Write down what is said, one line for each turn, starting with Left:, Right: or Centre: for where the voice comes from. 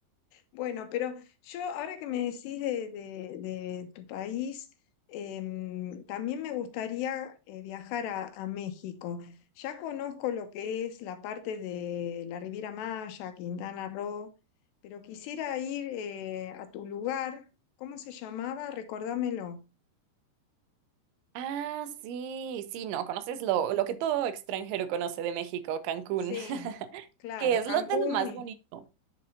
Left: Bueno, pero yo ahora que me decís de, de- de tu país, em, también me gustaría eh, viajar a, a México. Ya conozco lo que es la parte de la Riviera Maya, Quintana Roo, pero quisiera ir eh, a tu lugar. ¿Cómo se llamaba? Recordámelo.
Right: Ah, sí, sí, no, conoces lo, lo que todo extranjero conoce de México, Cancún,
Left: Sí,
Right: <laughs>
Left: claro,
Right: que es
Left: Cancún
Right: lo de lo más bonito.